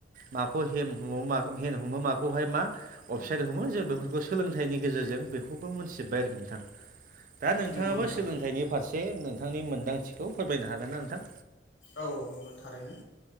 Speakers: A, on the right; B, on the left.
A: माखौ ह हमो मा हेन्द हमो माखौहाय मा अफसाइद हमो जों बेफोरखौ सोलोंथाइनि गेजेरजों बेखौबो मोनथिजोब्बाय आरोखि नोंथां दा नोंथाङाबो
B: नंगौ नोंथां
A: सोलोंथाइनि फारसे नोंथांनि मोन्दांथिखौ फोरमायनो हागोन ना नोंथां
B: औ नोंनानै थारैनो